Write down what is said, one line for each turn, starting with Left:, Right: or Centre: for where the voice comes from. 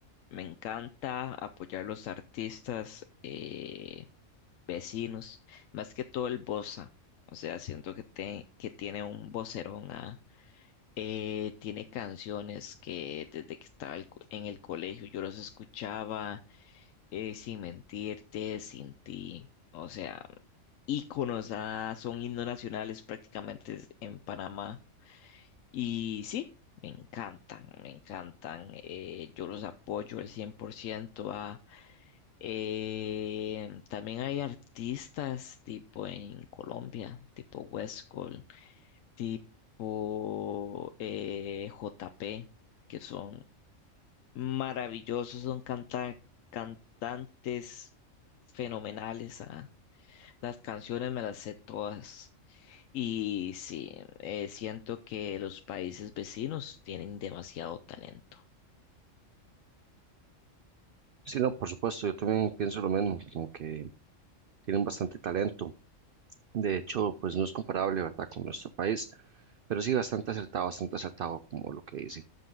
Left: me encanta apoyar los artistas. eh, vecinos, más que todo el Bosa, o sea, siento que, te- que tiene un vocerón, ah, eh, tiene canciones que desde que estaba el co- en el colegio yo los escuchaba, eh, sin mentirte, sin ti, o sea, íconos, ah, son himnos nacionales prácticamente en Panamá, y sí. Me encantan, me encantan, eh, yo los apoyo al 100%, eh, también hay artistas tipo en Colombia, tipo Westcol, tipo eh, J P que son maravillosos, son canta- cantantes fenomenales. ah. Las canciones me las sé todas. Y sí, eh, siento que los países vecinos tienen demasiado talento.
Right: Sí, no, por supuesto, yo también pienso lo mismo, como que tienen bastante talento. De hecho, pues no es comparable, ¿verdad?, con nuestro país, pero sí bastante acertado, bastante acertado, como lo que dice.